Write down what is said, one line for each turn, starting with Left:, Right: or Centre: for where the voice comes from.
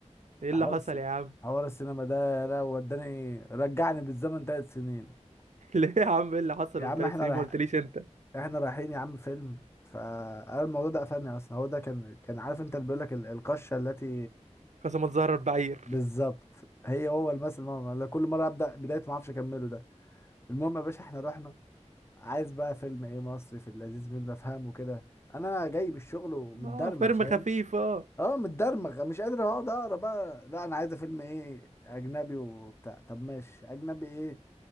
Right: ايه اللي
Left: حوار
Right: حصل
Left: الس...
Right: يا عم
Left: حوار السينما ده لا وداني رجعني بالزمن ثلاث سنين
Right: <laughs> ليه يا عم ايه اللي حصل
Left: يا
Right: من
Left: عم
Right: ثلاث
Left: احنا
Right: سنين
Left: رايح
Right: ما قلتليش انت
Left: احنا رايحين يا عم فيلم فانا الموضوع ده قفلني اصلا هو ده كان كان عارف انت اللي بيقول لك ال- القشه التي
Right: قسما تزهر بعير
Left: بالظبط هي هو المثل ماما لا كل مره ابدا بدايه ما اعرفش اكمله ده المهم يا باشا احنا رحنا عايز بقى فيلم ايه مصري في اللذيذ منه افهمه كده انا جاي بالشغل ومتدرمغ
Right: اه فيلم
Left: فاهم
Right: خفيف اه
Left: اه متدرمغ مش قادر اقعد اقرا بقى لا انا عايز فيلم ايه اجنبي وبتاع طب ماشي اجنبي ايه